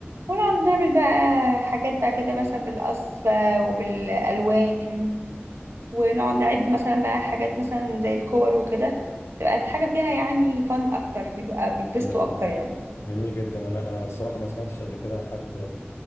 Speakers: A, on the right; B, on the left.
A: ونقعد نعمل بقى حاجات بقى كده مثلا بالقص بقى وبالألوان ونقعد نعد مثلا بقى حاجات مثلا زي الكور وكده تبقى الحاجة فيها يعني فن أكتر بيبقى بيتبسطوا
B: جميل
A: أكتر يعني
B: جميل جدا انا انا الصراحه ما سمعتش قبل كده عن حد